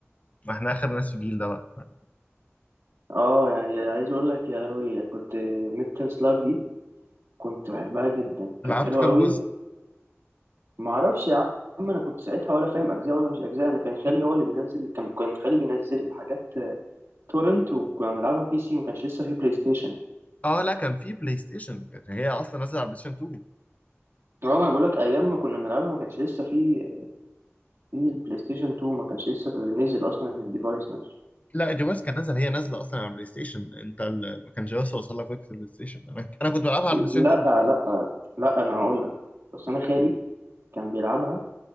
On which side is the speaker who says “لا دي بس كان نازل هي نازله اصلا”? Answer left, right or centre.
Left